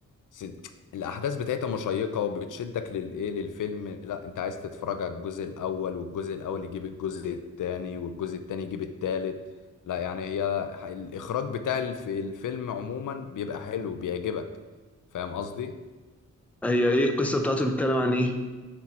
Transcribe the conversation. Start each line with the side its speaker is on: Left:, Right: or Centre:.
Left: س- الاحداث بتاعتها مشيقه وبتشدك للايه للفيلم لا انت عايز تتفرج على الجزء الاول والجزء الاول يجيب الجزء الثاني والجزء الثاني يجيب الثالث لا يعني هي ح- الاخراج بتاع الف- الفيلم عموما بيبقى حلو بيعجبك فاهم قصدي
Centre: هي ايه القصه بتاعته بيتكلم عن ايه